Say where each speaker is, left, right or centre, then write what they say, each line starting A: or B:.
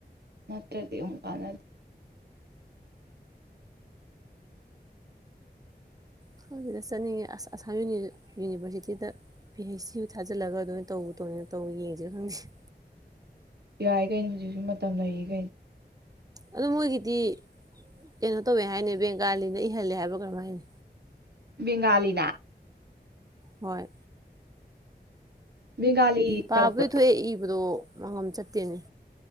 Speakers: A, on the right (about 70°); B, on the right (about 20°).
A: ꯃꯠꯇꯗꯔ ꯑꯃꯨꯛ ꯀꯥꯅꯗꯦ
B: ꯁꯤꯗ ꯆꯠꯅꯤꯡꯉꯤ ꯑꯁꯥꯝ ꯌꯨꯅꯤꯚꯔꯁꯤꯇꯤꯗ ꯄꯤ ꯍꯩꯆ ꯁꯤꯕꯨ ꯊꯥꯖꯤꯜꯂꯒ ꯑꯗꯨꯃꯅ ꯇꯧꯕ ꯇꯧꯅꯤꯅ ꯇꯧꯕ ꯌꯦꯡꯁꯤ ꯈꯪꯁꯤꯦ
A: ꯌꯥꯏ ꯀꯩꯅꯣ ꯍꯧꯖꯤꯛꯁꯨ ꯃꯇꯝ ꯂꯩꯔꯤꯈꯩꯅꯤ
B: ꯑꯗꯨ ꯃꯣꯏꯒꯤꯗꯤ ꯀꯩꯅꯣ ꯇꯧꯋꯦ ꯍꯥꯏꯅꯤ ꯕꯦꯡ ꯀꯥꯜꯂꯤꯅ ꯏꯍꯜꯂꯦ ꯍꯥꯏꯕ ꯀꯔꯝꯥꯏꯅꯤ
A: ꯉꯂꯤꯅꯥ
B: ꯍꯣꯏ
A: ꯕꯦꯡꯒꯥꯂꯤ
B: ꯄꯥꯕꯗꯤ
A: ꯇꯝꯃꯛꯄ꯭ꯔꯣ
B: ꯊꯣꯛꯑꯦ ꯏꯕꯗꯣ ꯃꯉꯝ ꯆꯠ ꯑꯗꯨꯅꯦ